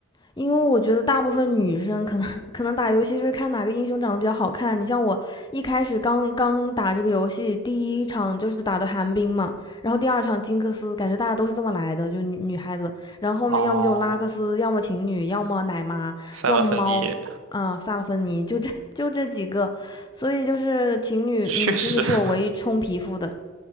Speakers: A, on the left; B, on the right.
A: 因为我觉得大部分女生可能可能打游戏就是看哪个英雄长得比较好看。你像我一开始刚刚打这个游戏，第一场就是打的寒冰嘛，然后第二场金克斯，感觉大家都是这么来的，就女女孩子。然后后面要么就拉克斯，
B: 哦，
A: 要么情侣，要么奶妈，
B: 塞勒芬妮
A: 要么猫，啊、萨勒芬妮，就这就这几个。所以就是情侣，
B: 确实，
A: 嗯，情侣是我唯一充皮肤的，
B: <laughs>